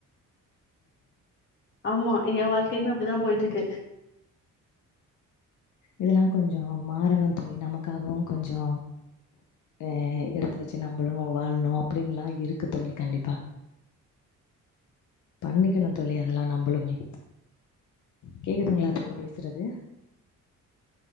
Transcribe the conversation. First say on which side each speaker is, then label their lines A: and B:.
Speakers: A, on the left; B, on the left.
A: ஆமா ஏ வாழ்க்கையுமே அப்படிதா போயிட்டுருக்கு
B: இதெல்லா கொஞ்சொ மாறணு தோழி நமக்காகவு கொஞ்சொ அஹ் எடுத்து வச்சு நம்பளு வாழணு அப்டின்னுலா இருக்கு தோழி கண்டிப்பா பண்ணிக்கணு தோழி அதெல்லா நம்பளுமே கேக்குதுங்களா தோழி பேசுறது